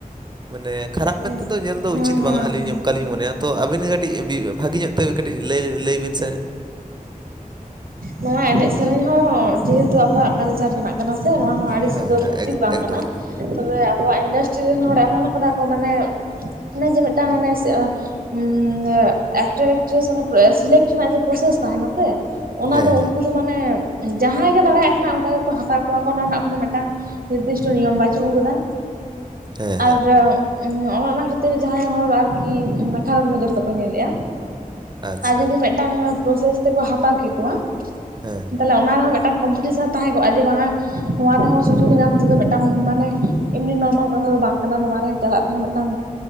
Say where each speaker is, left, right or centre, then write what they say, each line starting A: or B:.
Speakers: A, on the right; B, on the right.
A: ᱢᱟᱱᱮ ᱠᱷᱟᱨᱟᱯ
B: ᱦᱮᱸ
A: ᱢᱮᱱ ᱛᱮᱫᱚ ᱧᱮᱞ ᱫᱚ
B: ᱦᱮᱸ
A: ᱩᱪᱤᱛ ᱵᱟᱝᱟ,
B: ᱦᱮᱸ
A: ᱟᱹᱞᱤᱧ
B: ᱦᱮᱸ
A: ᱚᱱᱠᱟ ᱞᱤᱧ ᱢᱚᱱᱮᱭᱟ, ᱛᱚ ᱟᱹᱵᱤᱱ ᱜᱮ ᱠᱟᱹᱴᱤᱡ ᱵᱤ ᱵᱷᱟᱹᱜᱤ ᱧᱚᱜ ᱛᱮ ᱠᱟᱹᱴᱤᱡ ᱞᱟᱹᱭ ᱞᱟᱹᱭ ᱵᱤᱱ ᱥᱮ᱾
B: ᱱᱚᱣᱟ ᱮᱱᱮᱡ ᱥᱮᱨᱮᱧ ᱦᱚᱸ ᱡᱮᱦᱮᱛᱩ ᱟᱵᱚᱣᱟᱜ ᱠᱟᱞᱪᱟᱨ ᱨᱮᱱᱟᱜ ᱠᱟᱱᱟ ᱥᱮ ᱱᱚᱣᱟ ᱦᱚᱸ ᱟᱹᱲᱤᱥ
A: ᱦᱮᱸ
B: ᱫᱚ
A: ᱦᱮᱸ
B: ᱩᱪᱤᱛ
A: ᱮᱠ-
B: ᱵᱟᱝ
A: ᱮᱠᱫᱚᱢ
B: ᱠᱟᱱᱟ᱾
A: ᱮᱠᱫᱚᱢ
B: ᱛᱚᱵᱮ ᱟᱵᱚᱣᱟᱜ ᱤᱱᱰᱟᱥᱴᱨᱤ ᱨᱮᱱ ᱦᱚᱲ ᱮᱢᱚᱱ ᱟᱠᱟᱫᱟ ᱠᱚ ᱢᱟᱱᱮ, ᱚᱱᱮ ᱡᱮ ᱢᱤᱫᱴᱟᱝ ᱚᱱᱮ ᱩᱸᱻ ᱮᱠᱴᱟᱨ ᱮᱠᱴᱨᱮᱹᱥ ᱚᱱᱮ ᱥᱤᱞᱮᱠᱴ ᱨᱮᱱᱟᱜ ᱡᱮ ᱯᱨᱚᱥᱮᱹᱥ ᱛᱟᱦᱮᱱᱟ ᱥᱮ, ᱚᱱᱟ
A: ᱦᱮᱸ
B: ᱫᱚ
A: ᱦᱮᱸ
B: ᱩᱱᱠᱩ ᱫᱚ ᱢᱟᱱᱮᱻ ᱡᱟᱦᱟᱸᱭ ᱜᱮ ᱫᱟᱲᱮᱭᱟᱜ ᱠᱟᱱᱟ ᱚᱱᱠᱟ ᱜᱮᱠᱚ ᱦᱟᱛᱟᱣ ᱠᱚᱣᱟ ᱠᱚ ᱚᱱᱟ ᱨᱮᱱᱟᱜ ᱠᱳᱱᱳ ᱢᱤᱫᱴᱟᱝ ᱱᱤᱨᱫᱤᱥᱴᱚ ᱱᱤᱭᱚᱢ ᱵᱟᱪᱩᱜ ᱟᱠᱟᱫᱟ᱾
A: ᱦᱮᱸ ᱦᱮᱸ
B: ᱟᱨᱻ ᱩᱸᱻ ᱚᱱᱟ ᱚᱱᱟ ᱠᱷᱟᱹᱛᱤᱨ ᱡᱟᱦᱟᱸᱭ ᱦᱚᱲ ᱟᱨᱠᱤ ᱠᱷᱟᱨᱟᱯ ᱱᱚᱡᱚᱨ ᱛᱮᱠᱚ ᱧᱮᱞᱮᱫ-ᱟ᱾
A: ᱟᱪᱪᱷᱟ
B: ᱟᱨ ᱡᱩᱚᱫᱤ ᱢᱤᱫᱴᱟᱝ ᱯᱨᱚᱥᱮᱥ ᱛᱮᱠᱚ ᱦᱟᱛᱟᱣ ᱠᱮᱠᱚᱣᱟ,
A: ᱦᱮᱸ᱾
B: ᱛᱟᱦᱞᱮ ᱚᱱᱟ ᱨᱮᱦᱚᱸ ᱢᱤᱫᱴᱟᱝ ᱠᱚᱢᱯᱤᱴᱤᱥᱮᱱ ᱛᱟᱦᱮᱸ ᱠᱚᱜᱼᱟ, ᱡᱮ ᱵᱟᱝᱟ ᱱᱚᱣᱟ ᱨᱮᱦᱚᱸ ᱥᱩᱡᱳᱜᱽ ᱧᱟᱢ ᱛᱮᱫᱚ ᱢᱤᱫᱴᱟᱝ ᱢᱟᱱᱮ ᱮᱢᱱᱤ ᱱᱚᱨᱢᱟᱞ ᱠᱟᱛᱷᱟ ᱫᱚ ᱵᱟᱝ ᱠᱟᱱᱟ ᱱᱚᱣᱟ ᱨᱮ ᱪᱟᱞᱟᱜ ᱛᱮᱦᱚᱸ ᱢᱮᱫᱴᱟᱝ